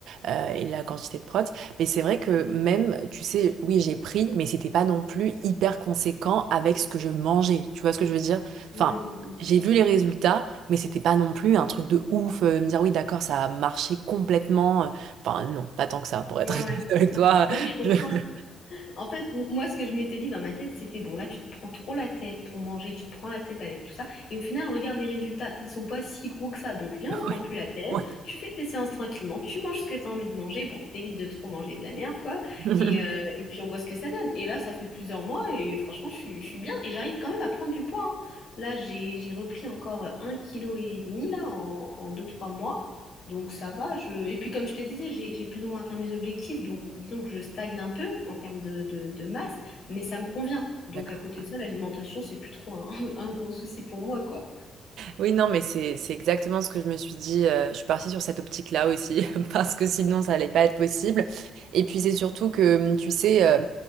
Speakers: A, on the right; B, on the left.
A: euh, et la quantité de protes, mais c'est vrai que même, tu sais, oui, j'ai pris, mais c'était pas non plus hyper conséquent avec ce que je mangeais. Tu vois ce que je veux dire?
B: Mm,
A: Enfin,
B: mm, mm.
A: j'ai vu les résultats, mais c'était pas non plus un truc de ouf, euh, me dire oui, d'accord, ça a marché complètement. euh. Enfin, non, pas tant que ça, pour être
B: Ouais,
A: <laughs> honnête
B: ouais,
A: avec
B: c'est ça.
A: toi.
B: Bah oui, je comprends.
A: Je-
B: En fait, m- moi, ce que je m'étais dit dans ma tête, c'était bon, là, tu te prends trop la tête pour manger, tu te prends la tête avec tout ça. Et au final, regarde les résultats, ils sont pas si gros que ça. Donc, viens,
A: <laughs>
B: on se prend plus la tête,
A: Ouais.
B: tu fais tes séances tranquillement, tu manges ce que tu as envie de manger. Bon, t'évites de trop manger de la merde, quoi.
A: <laughs>
B: Et, euh, et puis, on voit ce que ça donne. Et là, ça fait plusieurs mois et franchement, je suis, je suis bien et j'arrive quand même à prendre du poids. hein. Là, j'ai, j'ai repris encore un kilo et demi, là, en, en deux, trois mois. Donc ça va, je... Et puis comme je te disais, j'ai, j'ai plus ou moins atteint mes objectifs, donc disons que je stagne un peu en termes de, de- de masse, mais ça me convient. Donc
A: D'accord.
B: à côté de ça, l'alimentation, c'est plus trop un, <laughs> un gros souci pour moi, quoi.
A: Oui, non, mais c'est c'est exactement ce que je me suis dit. euh, je suis partie sur cette optique-là aussi, <laughs> parce que sinon, ça allait pas être possible. Et puis, c'est surtout que, hum, tu sais, euh,